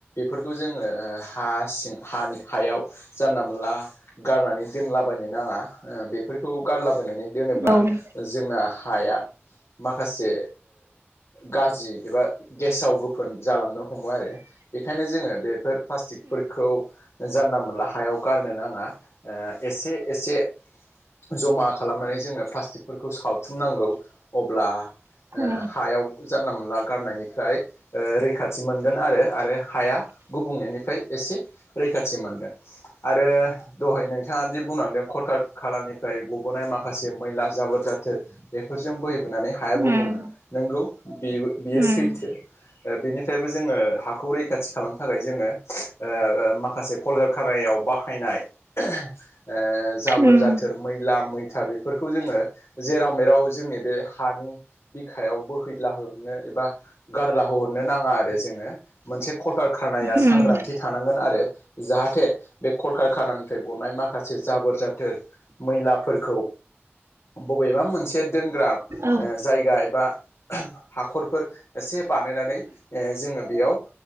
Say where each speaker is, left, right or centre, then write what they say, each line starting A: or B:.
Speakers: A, on the left (about 85°); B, on the right (about 75°).
A: फोरखौ जोङो हा सिं हा हायाव जानला मोनला गारनानै दोनलाबायनो नाङा। बेफोरखौ गारला बाययनानै दोनोब्ला,
B: औ उम
A: जोंना हाया माखासे गाज्रि एबा गेसाव गोफोन जालांनो हमो आरो। बेखायनो जोङो बेफोर प्लास्टिकफोरखौ जानला मोनला हायाव गारनो नाङा। ओ एसे एसे जमा खालामनानै जोङो प्लास्टिकफोरखौ सावथुमनांगौ। अब्ला
B: औ
A: हायाव जानला मोनला गारनायनिफ्राय रैखाथि मोनगोन आरो आरो हाया गुबुं फ्राय एसे रैखाथि मोनगोन। आरो दहाय नोंथाङा जे बुंलांदों, खरखा खालारनिफ्राय गबोनाय माखासे मैला जाबोर जाथोर बेफोरजों बोहैबोनानै हाया
B: उम
A: गुबुङो। नोंगौ बियो
B: उम
A: सैथो। बेनिफ्रायबो जोङो हाखौ रैखाथि खालामनो थाखाय जोङो ओ माखासे खल खानायाव बाहायनाय <unintelligible> जाबोर
B: उम
A: जाथोर मैला मै था बेफोरखौ जोङो जेराव मेराव जोंनि बे हानि बिखायाव बोहैलाहोनो बख गारला हरनो नाङा आरो जोङो, मोनसे कलकारखानाया
B: उम
A: सांग्रांथि थानांगोन आरो। जाहाथे बे कलकारखानानिफ्राय गनाय माखासे जाबोर जाथोर मैलाफोरखौ बबेबा मोनसे दोनग्रा
B: औ
A: जायगा एबा हाखरफोर एसे बानायनानै जोङो बेयाव